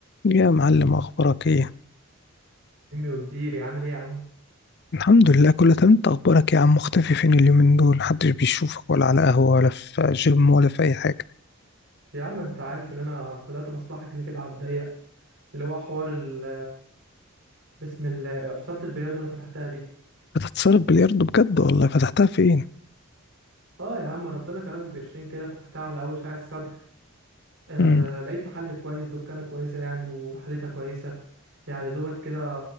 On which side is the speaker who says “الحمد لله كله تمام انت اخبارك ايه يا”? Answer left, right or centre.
Left